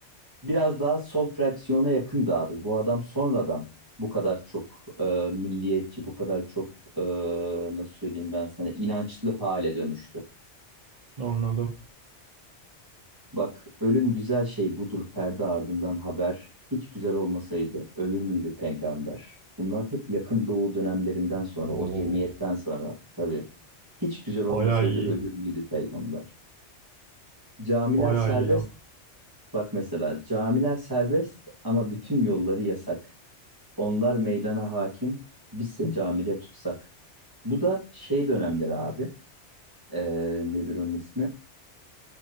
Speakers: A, on the right; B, on the right.
A: biraz daha sol fraksiyona yakındı abi. Bu adam sonradan bu kadar çok e, milliyetçi, bu kadar çok e, nasıl söyleyeyim ben sana inançlı hale dönüştü.
B: Anladım.
A: Bak ölüm güzel şey budur perde ardından haber. Hiç güzel olmasaydı ölür müydü peygamber? Bunlar hep yakın doğu dönemlerinden sonra,
B: Oo,
A: o cemiyetten sonra tabii. Hiç güzel olmasaydı
B: bayağı iyi.
A: ölür müydü peygamber? Camiler
B: Bayağı
A: serbest.
B: iyi laf.
A: Bak mesela camiler serbest ama bütün yolları yasak. Onlar meydana hakim. Bizse camide tutsak. Bu da şey dönemleri abi. Ee, nedir onun ismi?